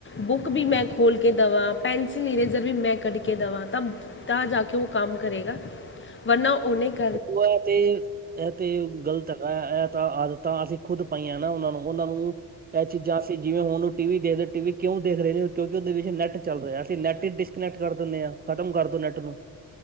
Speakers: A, on the left; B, on the right.
A: ਬੁੱਕ ਵੀ ਮੈਂ ਖੋਲ ਕੇ ਦਵਾਂ, ਪੈਨਸਿਲ ਇਰੇਜਰ ਵੀ ਮੈਂ ਕੱਢ ਕੇ ਦਵਾਂ ਤ ਤਾਂ ਜਾ ਕੇ ਉਹ ਕੰਮ ਕਰੇਗਾ ਵਰਨਾ ਔ ਨਹੀ ਕਰ
B: ਖ ਤੇ ਇਹ ਤੇ ਗ਼ਲਤ ਹੈਗਾ, ਇਹ ਤਾਂ ਆਦਤਾਂ ਅਸੀਂ ਖੁੱਦ ਪਾਈਆਂ ਨਾ ਉਹਨਾਂ ਨੂੰ ਉਹਨਾਂ ਨੂੰ ਇਹ ਚੀਜ਼ਾਂ ਸੀਂ ਜਿਵੇਂ ਹੁਣ ਉਹ ਟੀ ਵੀ ਦੇਖਦੇ ਟੀ ਵੀ ਕਿਉਂ ਦੇਖ ਰਹੇ ਨੇ ਕਿਉਂਕਿ ਉਹਦੇ ਵਿੱਚ ਨੈਟ ਚੱਲ ਰਿਹਾ ਅਸੀਂ ਨੈੱਟ ਹੀ ਡਿਸਕਨੈਕਟ ਕਰ ਦਿੰਦੇ ਹਾਂ ਖਤਮ ਕਰਦੋ ਨੈੱਟ ਨੂੰ